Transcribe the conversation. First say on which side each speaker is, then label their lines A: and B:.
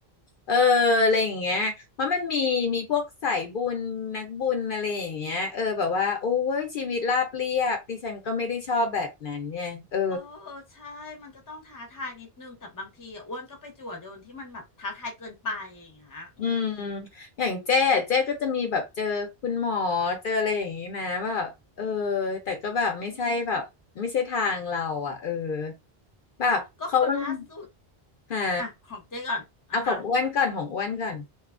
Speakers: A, on the left; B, on the left.
A: เอออะไรอย่างเงี้ยเพราะมันมีมีพวกสายบุญนักบุญอะไรอย่างเงี้ยเออแบบว่าโอ้ยชีวิตราบเรียบดิฉันก็ไม่ได้ชอบแบบนั้นเนี่ยเออ
B: โอ้ใช่มันก็ต้องท้าทายนิดนึงแต่บางทีอ่ะอ้วนก็ไปจั่วโดนที่มันแบบท้าทายเกินไปอย่างเงี้ยอืม
A: อืมอย่างเจ๊อะเจ๊ก็จะมีแบบเจอคุณหมอเจออะไรอย่างงี้นะว่าแบบเออแต่ก็แบบไม่ใช่แบบไม่ใช่ทางเราอ่ะเออ
B: อืม
A: แบบเขาต้อง
B: ก็คนล่าสุด
A: หา
B: อ่ะของเจ๊ก่อนอ่ะฮะ
A: เอาของอ้วนก่อนของอ้วนก่อน